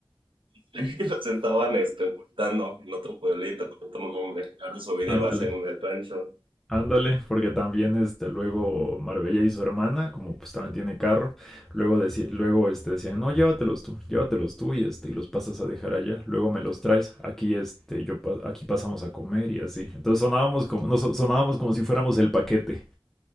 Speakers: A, on the right; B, in the centre.
A: Que los estaban este, ocultando en otro pueblito con otro nombre. Ahora su vida
B: Ándale,
A: va a ser en el rancho.
B: ándale, porque también este, luego Marbella y su hermana, como pues también tiene carro, luego, deci- luego este, decían, no, llévatelos tú, llévatelos tú y, este, y los pasas a dejar allá, luego me los traes, aquí, este, yo, pa- aquí pasamos a comer y así. Entonces sonábamos como, no, so- sonábamos como si fuéramos el paquete.